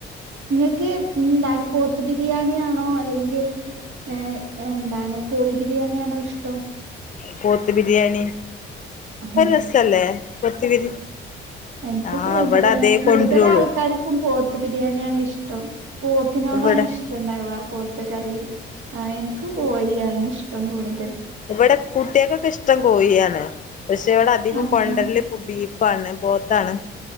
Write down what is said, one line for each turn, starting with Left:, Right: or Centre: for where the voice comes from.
Right: നിങ്ങക്ക്. മ്. ന്താണ് പോത്ത്. ബിരിയാണി. ആണോ. അല്ലെങ്കിൽ ഏ, എന്താണ്. കോഴി ബിരിയാണിയാണോ. ഇഷ്ടം
Left: പോത്ത് ബിരിയാണി.
Right: ആ,
Left: അരസല്ലേ പോത്ത് ബിരി
Right: എൻക്ക്.
Left: ആ
Right: കോയി
Left: ഇവിടെ
Right: ബിരിയാണ.
Left: അതേ
Right: കൂടുതൽ
Left: കൊണ്ടുവരുള്ളൂ
Right: ആൾക്കാർക്കും. പോ ത്ത്. ബിരിയാണിയാണ് ഇഷ്ടം പോത്തിനോടാണ്
Left: ഇവിടെ
Right: ഇഷ്ടംണ്ടാവ പോത്ത്. കറി ആ എനിക്ക് കൊയിയാണ് ഇഷ്ടം കൂടു
Left: ഇവിടെ. കുട്ടിക്കൊക്കെ. ഇഷ്ടം. കോയിയാണ് പഷേ ഇവിടെ അധികം
Right: ആഹ്
Left: കൊണ്ടരൽ
Right: ആഹ്
Left: ഇപ്പൊ. ബീഫാണ്. പോത്താണ്